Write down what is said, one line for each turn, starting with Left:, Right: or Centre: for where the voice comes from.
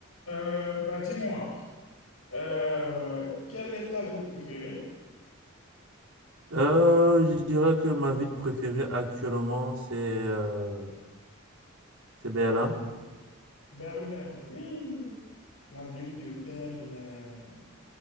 Left: Euh, bah dis-moi, euh, quelle est ta ville préférée?
Right: Euh, je dirais que ma ville préférée actuellement, c'est euh, c'est Berlin.
Left: Berlin, oui, la ville de Berlin.